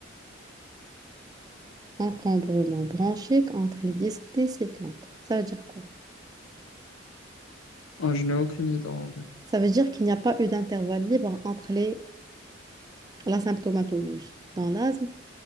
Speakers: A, on the right; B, on the left.
A: Encombrement bronchique entre les dyspnées sifflantes. Ça veut dire quoi?
B: Ah, je n'ai aucune idée en vrai.
A: Ça veut dire qu'il n'y a pas eu d'intervalle libre entre les, la symptomatologie. Dans l'asthme,